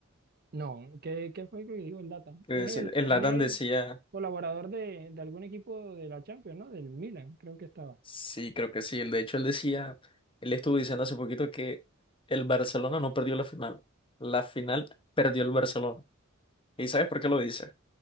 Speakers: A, on the right; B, on the left.
A: No, ¿qué, qué fue que dijo el Lata?
B: Que
A: Es
B: dice-
A: él,
B: Zlatan
A: él es
B: decía,
A: colaborador de, de algún equipo de la Champions, ¿no? Del Milan, creo que estaba.
B: sí, creo que sí, él, de hecho él decía, él estuvo diciendo hace poquito que el Barcelona no perdió la final, la final perdió el Barcelona. ¿Y sabes por qué lo dice?